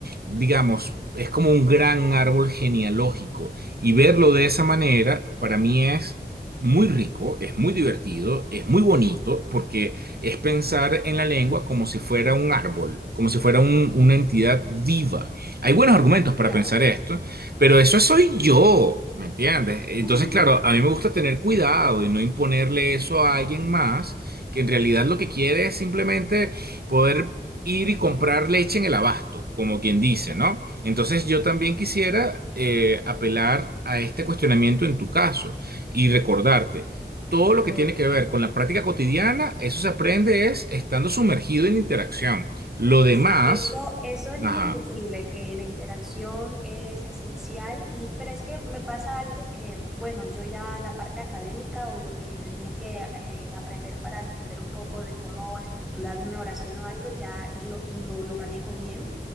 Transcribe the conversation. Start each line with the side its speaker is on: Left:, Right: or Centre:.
Right: digamos, es como un gran árbol genealógico. Y verlo de esa manera, para mí es muy rico, es muy divertido, es muy bonito, porque es pensar en la lengua como si fuera un árbol, como si fuera un- una entidad viva. Hay buenos argumentos para
Centre: claro.
Right: pensar esto, pero eso soy yo, ¿me entiendes? Entonces,
Centre: <laughs>
Right: claro, a mí me gusta tener cuidado y no imponerle eso a alguien más, que en realidad lo que quiere es simplemente poder ir y comprar leche en el abasto, como quien dice, ¿no? Entonces yo también quisiera eh, apelar a este cuestionamiento en tu caso y recordarte. Todo lo
Centre: eh,
Right: que tiene que ver con la práctica cotidiana, eso se aprende es estando sumergido en interacción. Lo
Centre: Sí,
Right: demás,
Centre: sí, eso, eso es
Right: ajá,
Centre: indiscutible, que la interacción es esencial y, pero es que me pasa algo que, bueno, yo ya la parte académica o lo que tenía que eh, aprender para entender un poco de cómo estructurar una oración o algo, ya lo, lo, lo manejo bien.